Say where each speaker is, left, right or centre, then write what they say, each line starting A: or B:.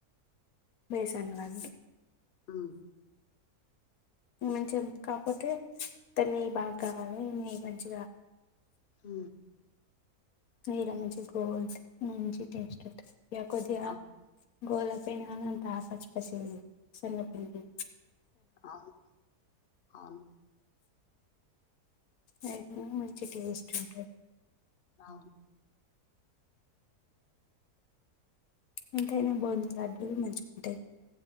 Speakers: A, on the left (about 70°); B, on the left (about 50°).
A: బేసన్ లడ్డు
B: అ
A: మంచిగా కాకపోతే దన్ని ఈ బాగా కావాలి నెయ్యి మంచిగా
B: ఊ
A: నెయ్యిర మంచిగ గోల్డ్ మంచిగ టెస్ట్ ఉంటది యా కొదిగా
B: అవు
A: గోల పెనాన్నంత పచ్చి పచ్చిగుంది శెనగపిండి
B: అవును అవును
A: అయితేనేమో మంచి టేస్ట్ ఉంటది
B: అవును
A: ఎంతైనా గోధుమ లడ్డూలు మంచిగుంటదయ్